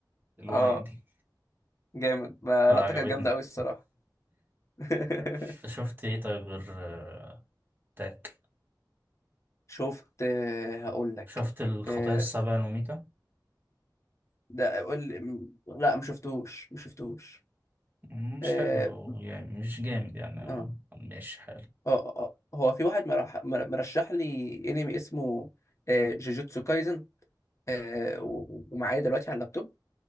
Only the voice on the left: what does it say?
اه
جامد ما
لقطة كانت جامدة أوي الصراحة <laughs>
شفت آه، هقول لك
آه،
ده قول م- لا ما شفتوش ما شفتوش
اه
اه
اه آه. آه. هو في واحد مرح- مر- مرشح لي انمي اسمه آه، جوجوتسو كايزن آه، و- ومعايا دلوقتي على اللابتوب